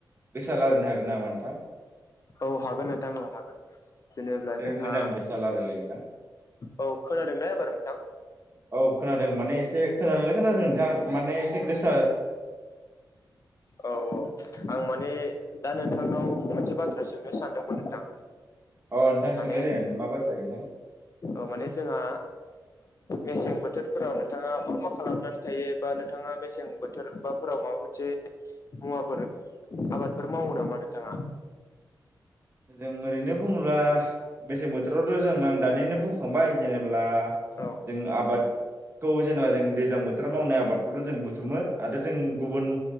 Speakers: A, on the right; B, on the left.
A: गोसा रलायनो हागोन नामा नोंथां
B: औ हागोन नोंथां हागोन। जेनेब्ला
A: एसे
B: जोंहा
A: मोजां गोसा रायलायलाय‌ नोंथां
B: औ खोनादोंना एबार नोंथां
A: औ खोनादों माने एसे खोनालाय खोनादों नोंथां माने एसे गोस
B: औ औ आं माने दा नोंथां उनाव मोनसे बाथ्रा सोंनो सानदोंमोन नोंथां
A: अ नोंथां
B: माने
A: सोंनाय जागोन मा बाथ्राय नोंथां
B: औ माने जोंहा मेसें बोथोरफोराव नोंथाङा मा मा खालामनानै थायो बा नोंथाङा मेसें बोथोर बाफोराव माबा मोनसे मुवाफोर आबादफोर मावो नामा नोंथाङा
A: <inaudible> जों ओरैनो बुङोब्ला मेसें बोथोरावथ' जों आं दानिनो बुंखांबाय जेनेब्ला
B: औ
A: जों आबादखौ जेनेबा जों दैज्लां बोथोराव मावनाय आबादखौथ' जों बुथुमो आरो जों गुबुन